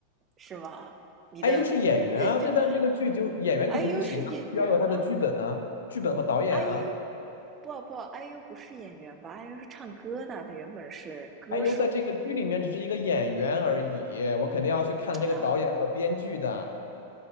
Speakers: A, on the right (about 25°); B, on the left (about 65°).
A: 是吗？你的你最喜欢
B: 哎，又是演员啊，这但是这个剧就演员肯定不行啊，
A: IU 是演员吗？
B: 必须要有他的剧本啊，剧本和导演啊。
A: ，IU 不不，IU 不是演员吧？IU 是唱歌的，他原本是歌手
B: 哎呦，在这个剧里面只是一个演员而已，我肯定要去看他这个导演和编剧的，
A: 啊。